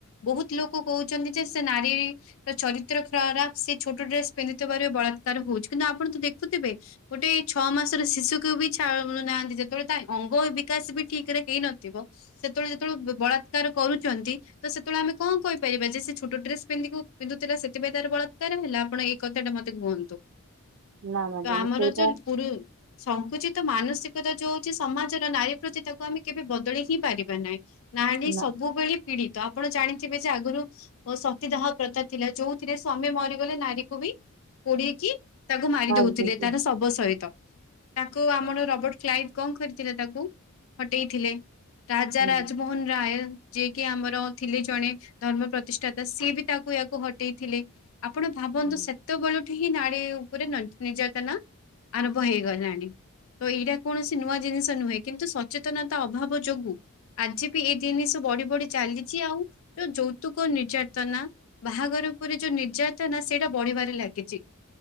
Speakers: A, on the left; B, on the right.
A: ବହୁତ ଲୋକ କହୁଛନ୍ତି ଯେ, ସେ ନାରୀ ତାର ଚରିତ୍ର ଖରାପ୍। ସେ ଛୋଟ ଡ୍ରେସ ପିନ୍ଧିଥିବାରୁ ବଳାତ୍କାର ହଉଛି କିନ୍ତୁ ଆପଣ ତ ଦେଖୁଥିବେ ଗୋଟେ ଛଅ ମାସ ଶିଶୁକୁ ବି ଛାଡୁ ନାହାନ୍ତି, ଯେତେବେଳେ ତା ଅଙ୍ଗ ବିକାଶ ବି ଠିକ୍ ରେ ହେଇନଥିବ। ସେତେବେଳେ ଯେତେବେଳେ ବଳାତ୍କାର କରୁଚନ୍ତି ତ ସେତେବେଳେ ଆମେ କଣ କହିପାରିବା। ଯେ ସେ ଛୋଟ ଡ୍ରେସ୍ ପି-ପିନ୍ଧୁଥିଲା ସେଥିପାଇଁ ତାର ବଳାକାର ହେଲା। ଆପଣ କଥାଟା ମତେ କୁହନ୍ତୁ।
B: ନା ମ୍ୟାଡାମ
A: ତ ଆମର
B: ସେଇଟା
A: ଯୋଉ, ପୁରୁ ସଂକୁଚିତ ମାନସିକତା ଯୋଉ ସମାଜର ନାରୀ ପ୍ରତି ତାକୁ ଆମେ କେବେ ବଦଳେଇ ହିଁ ପାରିବା ନାହିଁ। ନାରୀ
B: ନା
A: ସବୁବେଳେ ପୀଡିତ। ଆପଣ ଜାଣିଥିବେ ଯେ ଆଗରୁ ଓ ସତୀ ଦାହ ପ୍ରଥା ଥିଲା। ଯୋଉଥିରେ ସ୍ଵାମୀ ମରିଗଲେ ନାରୀକୁ ବି ପୋଡିକି ତାକୁ ମାରି
B: ମାରିଦେଇଛି
A: ଦଉଥିଲେ। ତାର ଶବ ସହିତ। ତାକୁ ଆମର ରବର୍ଟ କ୍ଲାଇଭ୍ କଣ କରିଥିଲେ। ତାକୁ ହଟେଇଥିଲେ। ରାଜା
B: ହୁଁ।
A: ରାଜମୋହନ ରାୟ ଯିଏ କି ଆମର ଥିଲେ ଜଣେ ଧର୍ମ ପ୍ରତିଷ୍ଠାତା। ସିଏ ବି ତାକୁ ୟାକୁ ହଟେଇଥିଲେ। ଆପଣ ଭାବନ୍ତୁ।
B: ହୁଁ
A: ସେତେବେଳଠୁ ହିଁ ନାାରୀ ଉପରେ ନିର୍ଯାତନା ଆରମ୍ଭ ହେଇ ଗଲାଣି ତ ଏଇଟା କୌଣସି ନୂଆ ଜିନିଷ ନୁହେଁ କିନ୍ତୁ ସଚେତନତା ଅଭାବ ଯୋଗୁ ଆଜି ବି ଏଇ ଜିନିଷ ବଢି ବଢି ଚାଲିଛି। ଆଉ ଯୋଉ ଯୌତୁକ ନିର୍ଯାତନା ବାହାଘର ପରେ ଯୋଉ ନିର୍ଯାତନା ସେଇଟା ବଢିବାରେ ଲାଗିଚି।